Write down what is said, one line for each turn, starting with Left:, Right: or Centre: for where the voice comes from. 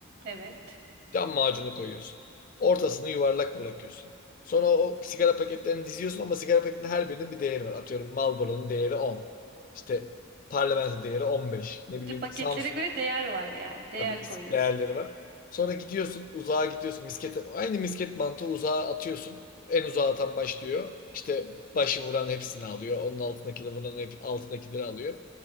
Right: evet.
Left: Cam macunu koyuyorsun. Ortasını yuvarlak bırakıyorsun. Sonra o sigara paketlerini diziyorsun ama sigara paketinin her birinin bir değeri var. Atıyorum Marlboro'nun değeri 10. İşte Parlamento değeri 15. Ne
Right: Bir
Left: bileyim
Right: de paketlere
Left: Samsun
Right: göre değer var yani. Değer
Left: Tabii is-
Right: koyuyorsun.
Left: değerleri var. Sonra gidiyorsun uzağa gidiyorsun. Miskete, aynı misket mantığı uzağa atıyorsun. En uzağa atan başlıyor. İşte başı vuran hepsini alıyor. Onun altındaki de vuran hep altındakileri alıyor.